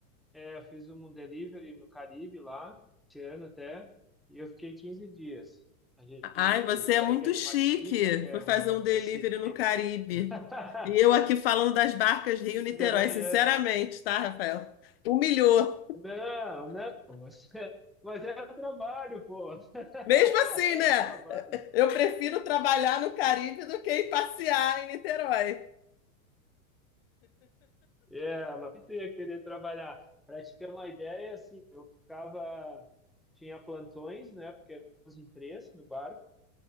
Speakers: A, in the centre; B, on the left.
A: É, eu fiz um delivery no Caribe lá, esse ano até, e eu fiquei 15 dias. A gente,
B: Ai, você
A: da
B: é muito
A: ilha de
B: chique.
A: Martinica, que é
B: Foi fazer
A: uma ilha
B: um
A: francesa,
B: delivery no Caribe.
A: <laughs>
B: E eu aqui falando das barcas Rio-Niterói,
A: até Miami.
B: sinceramente, tá, Rafael? Humilhou.
A: Não, não, mas, mas era trabalho, pô. <laughs>
B: Mesmo assim,
A: Era
B: né?
A: trabalho.
B: Eu prefiro trabalhar no Caribe do que ir passear em Niterói.
A: É, mas eu ia querer trabalhar. Para te ter uma ideia, assim, eu ficava, tinha plantões, né, porque eram os imprensa no barco,